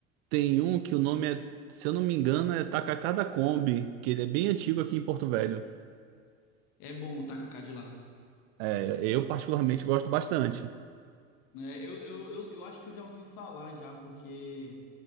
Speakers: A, on the right; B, on the left.
A: tem um que o nome é, se eu não me engano, é Tacacá da Kombi, que ele é bem antigo aqui em Porto Velho.
B: É bom o tacacá de lá.
A: É, eu particularmente gosto bastante.
B: né? eu, eu, eu, eu acho que eu já ouvi falar já, porque